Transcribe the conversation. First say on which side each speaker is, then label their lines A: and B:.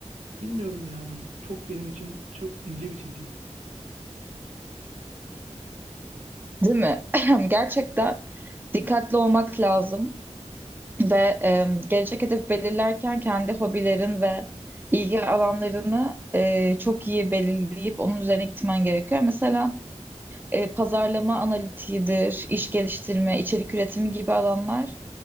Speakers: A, on the right; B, on the right.
A: Bilmiyorum ya bu çok benim için çok ince bir çizgi.
B: Değil mi? <laughs> <clears throat> Gerçekten dikkatli olmak lazım ve e, gelecek hedef belirlerken kendi hobilerin ve ilgi alanlarını e, çok iyi belirleyip onun üzerine gitmen gerekiyor. Mesela e, pazarlama analitiğidir, iş geliştirme, içerik üretimi gibi alanlar